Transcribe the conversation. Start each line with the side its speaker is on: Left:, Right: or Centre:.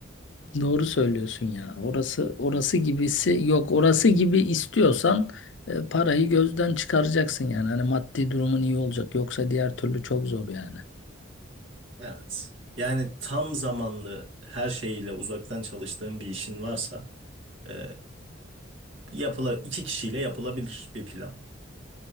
Left: Doğru söylüyorsun ya. Orası orası gibisi yok. Orası gibi istiyorsan e, parayı gözden çıkaracaksın yani. Hani maddi durumun iyi olacak. Yoksa diğer türlü çok zor yani.
Right: Evet. Yani tam zamanlı her şeyiyle uzaktan çalıştığın bir işin varsa e, yapıla iki kişiyle yapılabilir bir plan.